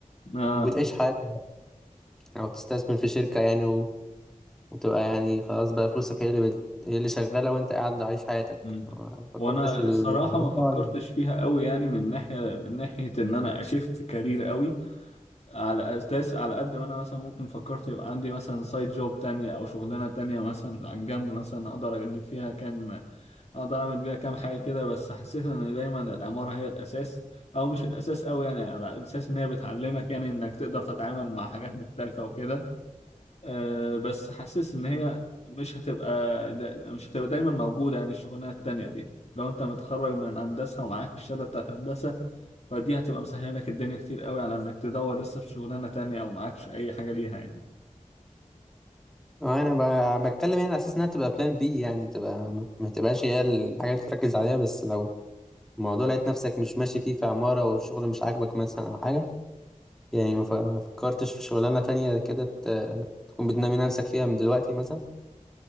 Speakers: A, on the left; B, in the centre.
A: آه.
B: وبتعيش حياتها أو بتستثمر في شركة يعني و... وتبقى يعني خلاص بقى فلوسك هي اللي بت... هي اللي شغالة وأنت قاعد عايش حياتك
A: مم.
B: ما فكرتش
A: وانا
B: في
A: الصراحه
B: الموضوع
A: ما فكرتش
B: ده ولا
A: فيها قوي يعني من ناحيه من ناحيه ان انا اشفت كارير قوي على اساس على قد ما انا مثلا ممكن فكرت يبقى عندي مثلا سايد جوب تانية او شغلانة تانية مثلا عن جنب مثلا اقدر اجيب فيها كام اقدر اعمل بيها كام حاجة كده بس حسيت ان دايما العمارة هي الاساس او مش الاساس قوي يعني على اساس ان هي بتعلمك يعني انك تقدر تتعامل مع حاجات مختلفة وكده أه بس حاسس ان هي مش هتبقى دا مش هتبقى دايما موجودة يعني الشغلانة التانية دي لو انت متخرج من هندسة ومعاك الشهادة بتاعت هندسة فدي هتبقى مسهله لك الدنيا كتير قوي على انك تدور لسه في شغلانه تانية او معكش اي حاجه ليها يعني
B: آه، أنا ب... بتكلم يعني على أساس إنها تبقى بلان بي يعني تبقى ما ما تبقاش هي الحاجة اللي تركز عليها بس لو الموضوع لقيت نفسك مش ماشي فيه في عمارة والشغل مش عاجبك مثلا أو حاجة يعني ما ف- فكرتش في شغلانة تانية كده ت- تكون بتنمي نفسك فيها من دلوقتي مثلا